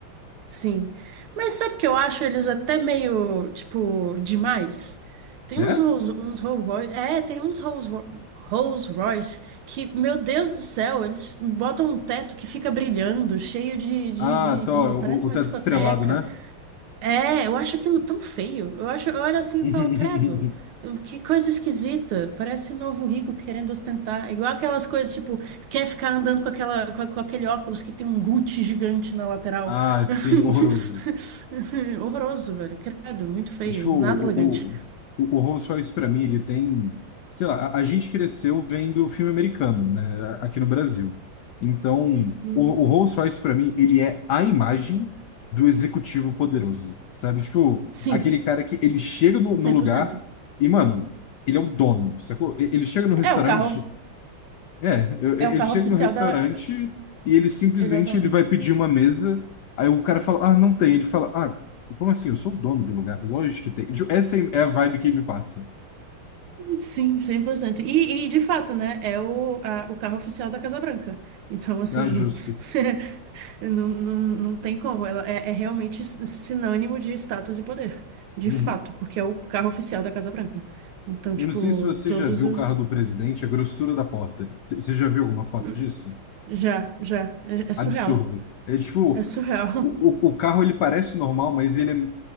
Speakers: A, on the right; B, on the left.
A: Sim. Mas sabe o que eu acho eles até meio, tipo, demais? Tem
B: né?
A: uns Rolls, uns Rolls Royce, é, tem uns Rolls, Ro- Rolls Royce que, meu Deus do céu, eles botam um teto que fica brilhando, cheio de, de,
B: Ah,
A: de,
B: tá,
A: de-
B: ó,
A: parece
B: o, o
A: uma
B: teto
A: discoteca.
B: estrelado, né?
A: É, eu acho aquilo tão feio. Eu acho, eu olho assim
B: <laughs>
A: e falo, credo, que coisa esquisita. Parece novo rico querendo ostentar. É Igual aquelas coisas, tipo, quer ficar andando com aquela, com, com aquele óculos que tem um Gucci gigante na lateral.
B: Ah, sim,
A: <laughs>
B: horroroso.
A: Horroroso, velho. Credo, muito feio.
B: Tipo,
A: Nada
B: o,
A: elegante.
B: o, o o Holmes faz isso pra mim, ele tem, sei lá, a, a gente cresceu vendo filme americano, né, a- aqui no Brasil. Então,
A: Uhum.
B: o, o Holmes faz isso pra mim, ele é a imagem do executivo poderoso, sabe? Tipo,
A: Sim,
B: aquele cara que ele chega no,
A: cem
B: no lugar
A: por cento.
B: e, mano, ele é o dono, sacou? E- Ele chega no restaurante,
A: É o carro,
B: é, eu- ele
A: é o carro
B: chega
A: oficial
B: no restaurante
A: da.
B: e ele simplesmente
A: Ele é o dono.
B: ele vai pedir uma mesa, aí o cara fala, ah, não tem. Ele fala, ah, como assim? Eu sou o dono do lugar, lógico que tem. Ju- Essa é é a vibe que me passa.
A: Sim, 100%. E, e de fato, né? É o, a- o carro oficial da Casa Branca. Então, assim.
B: Ah, justo.
A: <laughs> Não, não, não tem como. Ela é, é realmente s- sinônimo de status e poder. De
B: Uhum.
A: fato, porque é o carro oficial da Casa Branca. Então,
B: Eu
A: tipo,
B: não sei se você
A: todos
B: já viu
A: os.
B: o carro do presidente, a grossura da porta. C- Você já viu alguma foto
A: Hum,
B: disso?
A: Já, já. É, é surreal.
B: Absurdo. É tipo,
A: É surreal.
B: o, o, o carro ele parece normal, mas ele